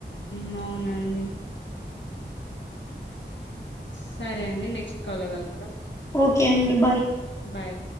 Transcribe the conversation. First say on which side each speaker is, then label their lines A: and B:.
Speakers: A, on the left (about 75°); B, on the left (about 15°).
A: మ్ అవునండి సరే అండి నెక్స్ట్ కాల్లో కలుద్దాం
B: ఓకే అండి బాయ్
A: బాయ్